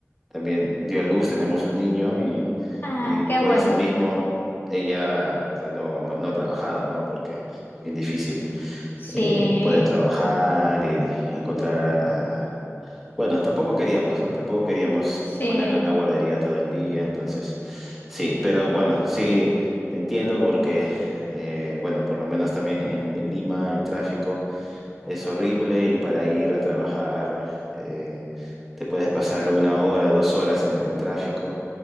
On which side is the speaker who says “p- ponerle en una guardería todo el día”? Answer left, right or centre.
Centre